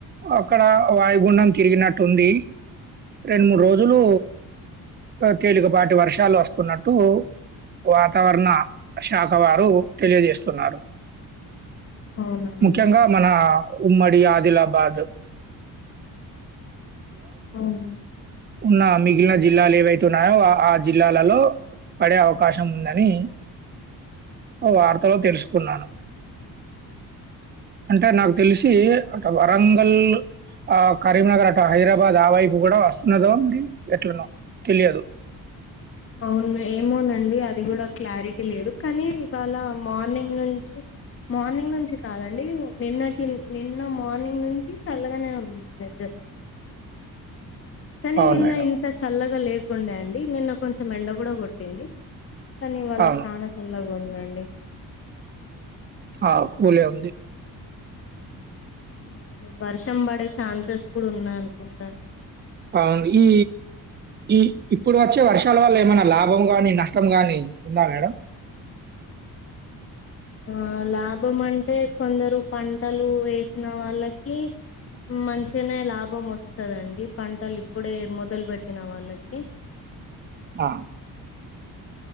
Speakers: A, on the right (about 30°); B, on the left (about 35°).
A: అక్కడ వాయుగుండం తిరిగినట్టుంది రెండు మూడు రోజులు తేలికపాటి వర్షాలు వస్తున్నట్టు వాతావరణ శాఖ వారు తెలియజేస్తున్నారు.
B: అవునా
A: ముఖ్యంగా
B: అండి
A: మనా ఉమ్మడి ఆదిలాబాద్
B: ఆఁ
A: ఉన్న మిగిలిన జిల్లాలు ఏవైతే ఉన్నాయో ఆ ఆ జిల్లాలలో పడే అవ కాశం ఉందని వార్తలో తెలుసుకున్నాను. అంటే నాకు తెలిసి అటు వరంగల్ ఆ కరీంనగర్ అటు హైదరాబాద్ ఆ వైపు కూడ వస్తున్నదో మరి ఎట్ననో తెలియదు
B: అవును ఏమోనండి అ ది కూడ క్లారిటీ లేదు కానీ ఇవాళ మార్నింగ్ నుంచి మార్నింగ్ నుంచి కాదండి నిన్నటి నిన్న మార్నింగ్ నుంచి చల్లగానే ఉంది వెదర్ కనీ
A: అవును
B: నిన్న
A: మేడం.
B: ఇంత చల్లగా లేకుండే అండి, నిన్న కొంచెం ఎండ కూడ కొట్టింది. కనీ ఇవాళ
A: అవును.
B: చాన చల్లగ ఉందండి.
A: ఆ కూలే ఉంది.
B: అవునండి వర్షం పడే ఛాన్సెస్ కూడా ఉన్నాయి అనుకుంటా అండి
A: ఆఁ ఈ ఈ ఇప్పుడు వచ్చే వర్షాల వల్ల ఏమైనా లాభం గాని నష్టం గానీ ఉందా మేడం?
B: ఆ లాభం అంటే కొందరు పంటలు వేసిన వాళ్ళకి మంచిగనే లాభం వస్తదండి పంటలు ఇప్పుడే మొదలు పెట్టిన వాళ్ళకి.
A: ఆ